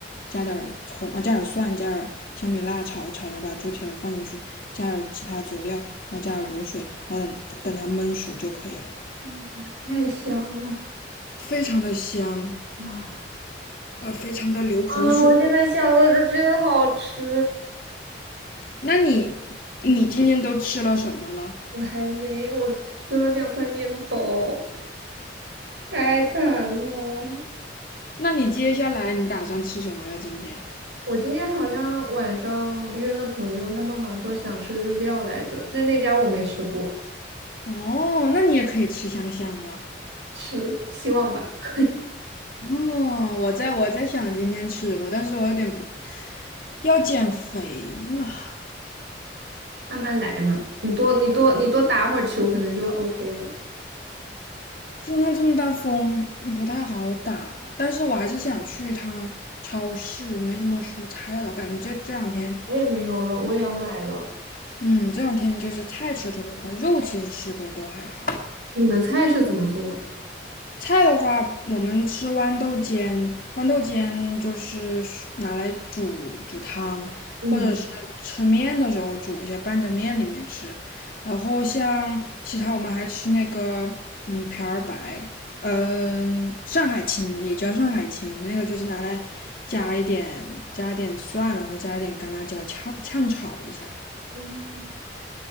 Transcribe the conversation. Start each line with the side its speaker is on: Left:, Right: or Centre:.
Left: 加点儿葱啊，加点儿蒜，加点儿小米辣炒一炒，然后把猪蹄儿放进去，加点儿其他佐料，然后加点儿卤水，然后等等它焖熟就可以了，
Right: 嗯，太香了，
Left: 非常的香，
Right: 哇！
Left: 我非常的流口水。
Right: 啊，我现在想着就觉得好吃。
Left: 那你你今天都吃了什么了？
Right: 我还没，我吃了两块面包，太惨了。
Left: 那你接下来你打算吃什么呀？今天？
Right: 我今天好像晚上约了朋友，他们好像说想吃日料来着，那那家我没吃过，
Left: 哦，那你也可以吃香香了。
Right: 是希望吧，<laughs>
Left: 哦，我在我在想今天吃什么，但是我有点不要减肥了。
Right: 慢慢来嘛。你多你多你多打会儿球，可能就 OK 了。
Left: 今天这么大风，不太好打，但是我还是想去一趟超市，没什么蔬菜了，感觉这这两天，
Right: 我也没有了，我也要买了。
Left: 嗯，这两天就是菜吃的特别快，肉其实吃的都还好。
Right: 你们菜是怎么做？
Left: 菜的话，我们吃豌豆尖，豌豆尖就是拿来煮煮汤，
Right: 嗯
Left: 或者是吃面的时候煮一下，拌在面里面吃。然后像其他我们还吃那个，嗯，瓢儿白，嗯、上海青也叫上海青，那个就是拿来加一点加一点蒜，然后加一点干辣椒炝炝炒一下。
Right: 嗯，